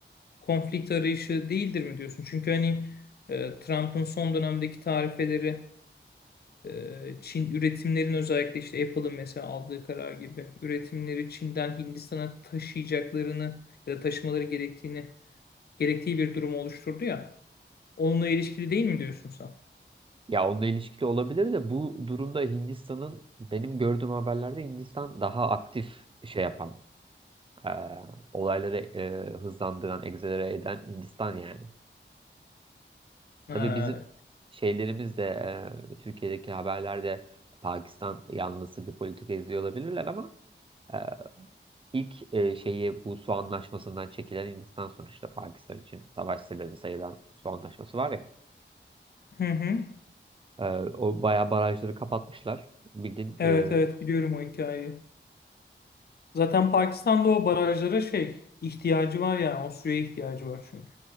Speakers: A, on the left (about 55°); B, on the right (about 25°).
A: Konflikt arayışı değildir mi diyorsun? Çünkü hani e, Trump'ın son dönemdeki tarifeleri e, Çin üretimlerin özellikle işte Apple'ın mesela aldığı karar gibi üretimleri Çin'den Hindistan'a taşıyacaklarını ya da taşımaları gerektiğini gerektiği bir durumu oluşturdu ya. Onunla ilişkili değil mi diyorsun sen?
B: Ya onunla ilişkili olabilir de bu durumda Hindistan'ın benim gördüğüm haberlerde Hindistan daha aktif şey yapan, e, olayları e, hızlandıran, egzelere eden Hindistan yani.
A: Ha,
B: Tabii bizim şeylerimiz de e, Türkiye'deki haberlerde Pakistan yanlısı bir politika izliyor olabilirler ama e, ilk e, şeyi bu su anlaşmasından çekilen Hindistan sonuçta Pakistan için savaş sebebi sayılan su anlaşması var ya.
A: Hı hı.
B: e, o bayağı barajları kapatmışlar. Bildiğin
A: Evet
B: e,
A: evet biliyorum o hikayeyi. Zaten Pakistan'da o barajlara şey ihtiyacı var yani o suya ihtiyacı var çünkü.